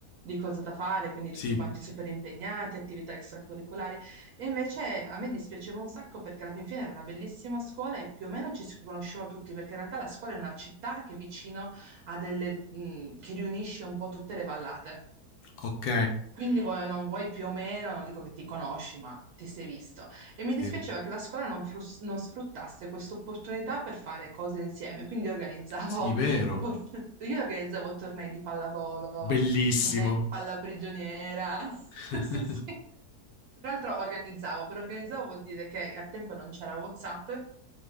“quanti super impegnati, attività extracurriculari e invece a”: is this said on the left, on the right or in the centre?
Right